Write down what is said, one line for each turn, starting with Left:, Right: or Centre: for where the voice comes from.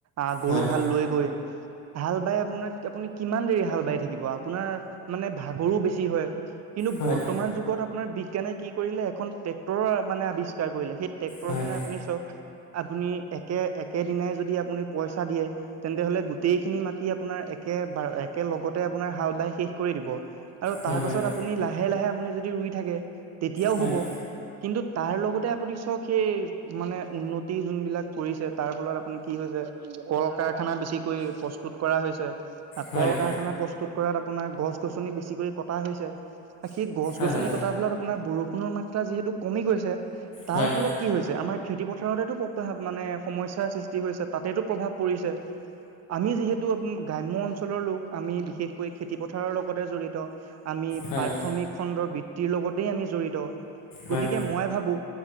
Right: আঁ গৰু
Left: হয়
Right: হাল লৈ গৈ, হাল বাই আপুনি কিমান দেৰি হাল বাই থাকিব। আপোনাৰ ভাগৰো বেছি হয়। কিন্তু,
Left: হয়
Right: বৰ্তমান যুগত আপোনাৰ বি সেইকাৰণে, কি কৰিলে, এখন ট্ৰেক্টৰৰ মানে, আৱিষ্কাৰ কৰিলে। সেই ট্ৰেক্টৰখনে
Left: হয়
Right: আপুনি চাওঁক আপুনি একে, একেদিনাই যদি আপুনি পইচা দিয়ে। তেন্তে হ'লে, গোটেইখিনি মাটি আপোনাৰ এক একে, একেলগত তে আপোনাৰ হাল বাই শেষ কৰি দিব আৰু
Left: হয়
Right: তাৰ
Left: হয় হয়
Right: পাছত, আপুনি লাহে, লাহে আপুনি যদি ৰুই থাকে তেতিয়াও
Left: হয় হয়
Right: হ'ব। কিন্তু, তাৰ লগতে আপুনি চাওঁক, সেই মানে, উন্নতি যোনবিলাক কৰিছে। তাৰ ফলত, আপুনি কি হৈছে কল কাৰখানা বেছিকৈ প্ৰস্তুত কৰা হৈছে।
Left: হয়
Right: কল কাৰখানাত প্ৰস্তুত কৰাত আপোনাৰ, গছ-গছনি বেছিকৈ কটা হৈছে। সেই গছ-গছনি
Left: হয় হয়
Right: কটাত আপোনাৰ বৰষুণৰ মাত্ৰা যিহেতু কমি গৈছে। তাৰফলত,
Left: হয়
Right: কি হৈছে, আমাৰ খেতি পথাৰতেতো মানে, সমস্যাৰ সৃষ্টি হৈছে। তাতেতো প্ৰভাৱ পৰিছে। আমি যিহেতু, গ্ৰাম্য অঞ্চলৰ লোক, আমি বিশেষকৈ খেতি পথাৰৰ লগতে জড়িত। আমি,
Left: হয়
Right: প্ৰাথমিক খণ্ডৰ বৃত্তিৰ লগতেই আমি জড়িত।
Left: হয়
Right: গতিকে, মই ভাবোঁ